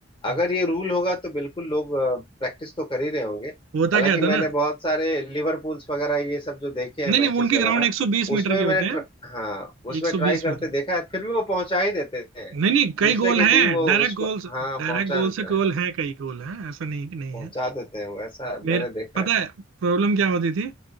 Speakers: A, on the right; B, on the left.
A: हम्म।
B: अगर ये रूल होगा तो बिल्कुल लोग प्रैक्टिस तो कर ही रहे होंगे
A: होता
B: हालांकि
A: क्या
B: मैंने
A: था ना
B: बहुत सारे लिवरपूल्स वगैरह ये सब जो देखे हैं
A: नहीं
B: मैचेस
A: नहीं उनके
B: वगैरह
A: ग्राउंड 120 मीटर
B: उसमें
A: के होते
B: मैंने ट्र...
A: हैं
B: हाँ उसमें
A: 120
B: ट्राई करते
A: मीटर
B: देखा है फिर भी वो पहुंचा ही देते हैं
A: नहीं नहीं कई
B: दूसरे
A: गोल
B: के
A: हैं
B: डी वो
A: डायरेक्ट
B: इसको
A: गोल
B: हाँ
A: डायरेक्ट
B: पहुंचा
A: गोल
B: देते
A: से
B: हैं
A: गोल हैं कई गोल हैं ऐसा नहीं कि नहीं
B: पहुंचा
A: है
B: देते हैं वो ऐसा
A: मेरे
B: मैंने देखा
A: पता
B: है
A: है प्रॉब्लम क्या होती थी